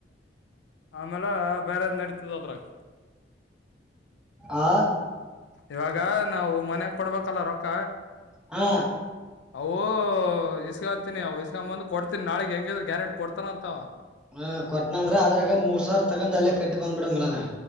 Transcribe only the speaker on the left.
ಆಮೇಲೆ ಬೇರೆ ನಡೀತದ ಅದ್ರಾಗ
ಇವಾಗ ನಾವು ಮನ್ ಗ ಕೊಡ್ಬೇಕಲ್ಲ ರೊಕ್ಕ
ಅವು ಇಸ್ಕೊಂತಿನಿ ಅವವು ಇಸ್ಕೊಂಬಂದ್ ಕೊಡ್ತೀನಿ ನಾಳಗ್ ಹೆಂಗಿದ್ರರು ಗ್ಯಾರಂಟಿ ಕೊಡ್ತಾನ ಅಂತ